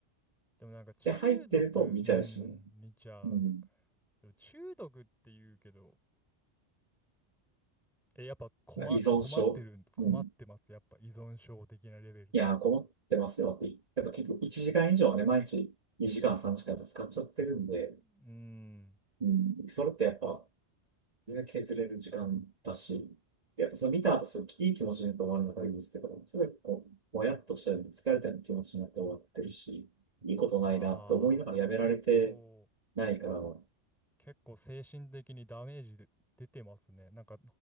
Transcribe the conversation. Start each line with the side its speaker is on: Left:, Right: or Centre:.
Centre: でもなんか中毒、
Right: で、入ってると見ちゃうしね。
Centre: うん、見ちゃう。
Right: うん。
Centre: でも中毒って言うけど、え、やっぱ困、
Right: 依存症。
Centre: 困ってる、困ってます。
Right: うん。
Centre: やっぱ依存症的なレベルで。
Right: いやー、困ってますよって。やっぱ結構1時間以上はね、毎日2時間、3時間と使っちゃってるんで、
Centre: うーん。
Right: うん、それってやっぱ全然削れる時間だし、でやっぱそれ見た後、すごいいい気持ちになって終わるのがいいですけど、すごいこう、もやっとしたり、疲れたような気持ちになって終わってるし、いいことないなと思いながらやめられて
Centre: ああ、それ結構
Right: ないから、うん、
Centre: 結構精神的にダメージで出てますね。なんか、